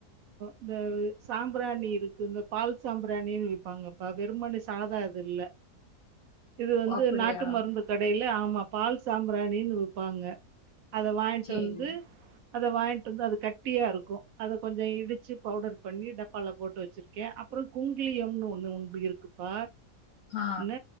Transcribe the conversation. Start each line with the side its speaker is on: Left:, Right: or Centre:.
Right: இந்த சாம்பிராணி இருக்கு பால் சாம்பிராணினு விப்பாங்கப்பா வெறுபு சாத இது இல்ல இது வந்து
Left: அப்படியா
Right: நாட்டு மருந்து கடையில ஆமா பால் சாம்பிராணினு விப்பாங்க அத வாங்கிட்டு
Left: சேரி
Right: வந்து அத வாங்கிட்டு வந்து அது கட்டியா இருக்கு அத கொஞ்சோ இடிச்சு பவுடர் பண்ணி டப்பால போட்டு வச்சிரு க்கே அப்றோ குங்கிலியம்னு ஒண்ணு உண்டு இருக்குப்பா
Left: ஆ
Right: என்ன